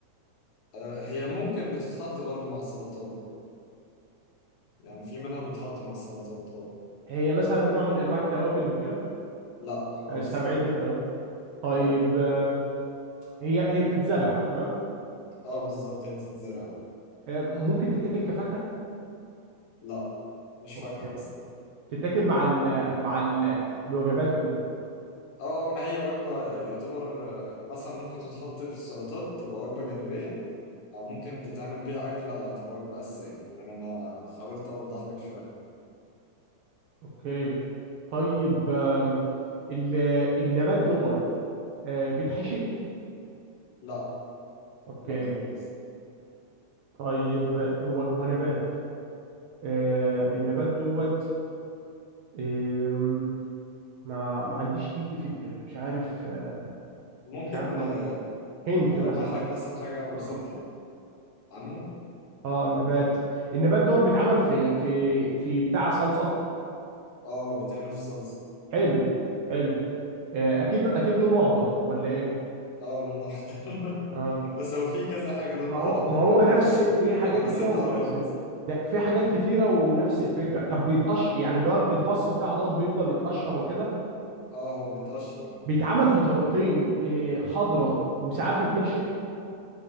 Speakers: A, on the left; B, on the right.
A: آه، هي ممكن بتتحط برضو مع السلطات يعني في منها بيتحط مع السلطات اه
B: هي مثلا نوع من أنواع التوابل وكده
A: لا خالص
B: استبعدنا التوابل طيب
A: لا
B: آه، هي هي بتتزرع تمام
A: اه بالظبط هي بتتزرع
B: آه، ممكن تتاكل كفاكهة
A: لا مش فاكهه
B: اوكي
A: اصلا
B: تتاكل مع ال مع ال الوجبات وكده
A: اه آه، ما هي وجبه يعتبر آه، مثلا ممكن تتحط في السلطات تبقى وجبه جانبيه او ممكن تتعمل بيها اكله تبقى وجبه اساسيه يعني انا حاولت اوضح لك شويه
B: اوكي طيب آم، ال- النبات دوت آه، بيتحشي
A: لا
B: اوكي
A: لا خالص
B: طيب هو هو نبات آه النبات دوت آم، ما ما عنديش اي فكره مش عارف آه،
A: ممكن
B: مش عارف الموضوع
A: آه،
B: ده. هنت
A: ألمح
B: مثلا
A: لك مثلا حاجة بسيطة
B: آه.
A: عنه
B: اه النبات النبات دوت بيتعمل في في في بتاع صلصه
A: اه بيتعمل في صلصة
B: حلو حلو آه اكيد اكيد لونه اخضر ولا ايه
A: اه لونه أخضر
B: اه
A: <laughs> بس هو في كذا حاجة لونها
B: ما هو
A: أخضر
B: ما هو
A: يعني
B: نفس
A: ف
B: في حاجات
A: أنت- بس
B: كده
A: أنت
B: ونفس
A: قربت
B: ال... لا، في حاجات كتيره ونفس الفكره طب بيتقشر يعني اللي هو الفص بتاعه ده بيفضل يتقشر وكده
A: اه هو بيتقشر
B: بيتعمل
A: وبتاكل
B: بطريقتين إيه، خضره وساعات بيتنشف